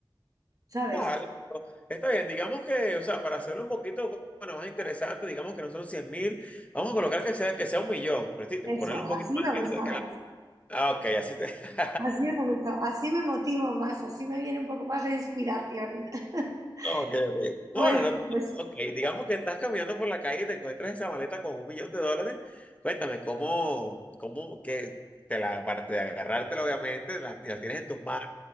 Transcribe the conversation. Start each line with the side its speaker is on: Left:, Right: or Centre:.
Right: ¿sabes?
Left: algo. Está bien, digamos que, o sea, para hacerlo un poquito bueno, más interesante, digamos que no son cien mil, vamos a colocar que sea, que sea un millón, pero sí,
Right: Eso,
Left: ponerle un poquito
Right: así
Left: más
Right: me
Left: que,
Right: gustaba.
Left: Ah, ok, así te. <laughs>
Right: Así me gusta, así me motivo más, así me viene un poco más de inspiración. <laughs>
Left: Ok, ok.
Right: Pues,
Left: No, no, no.
Right: pues
Left: Ok, digamos que estás caminando por la calle y te encuentras esa maleta con un millón de dólares. Cuéntame, ¿cómo, cómo que te la, aparte de agarrártela, obviamente, la, la tienes en tus manos?